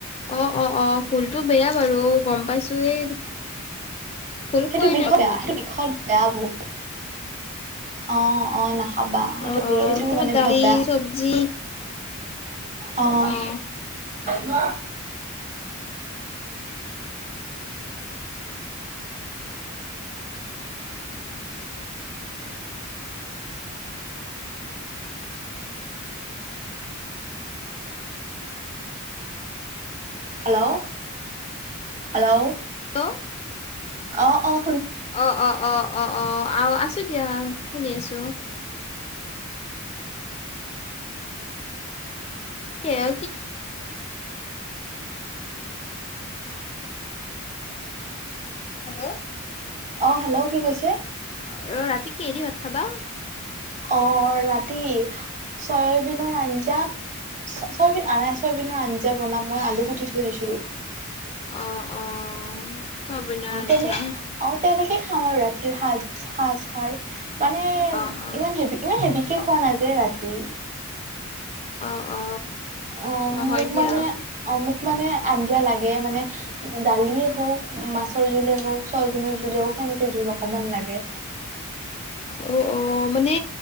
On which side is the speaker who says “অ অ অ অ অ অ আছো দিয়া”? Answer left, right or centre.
Left